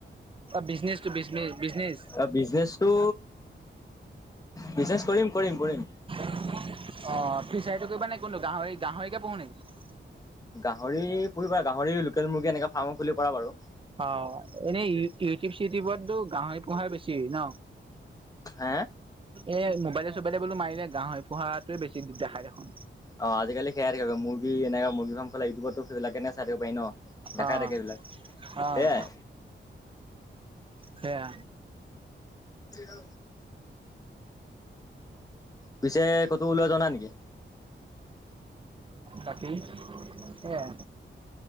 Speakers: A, on the right; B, on the left.
A: বিজনেচটো বিজনেচ
B: অ বিজনেচটো বিজনেচ কৰিম কৰিম কৰিম।
A: অ ফিচাৰীটো কৰিবা নে কোনটো গাহৰি গাহৰিকে পোহো নেকি?
B: গাহৰি পুহিবা গাহৰি লোকেল মুৰ্গী এনেক ফাৰ্মো খুলিব পাৰা বাৰু।
A: অ এনেই ই ইউটিউব চিটিউবততো গাহৰি পোহাই বেছি ন।
B: হে
A: এ মোবাইলে চোবাইলে বোলো মাৰিলে গাহৰি পোহাটোৱে বেছি দেখাই দেখোন।
B: অ আজিকালি সেয়াই থাকিব মূৰ্গী এনেকা মূৰ্গী ফাম খোলা ইউটউবত সেইবিলাকে চাই থাকিব পাৰি ন। দেখাই
A: অ',
B: থাকে এই বিলাক
A: অ',
B: সেয়াই।
A: সেয়া
B: অ। পিছে কতো ওলোই যোৱা নাই নেকি?
A: বাকী সেইয়াই।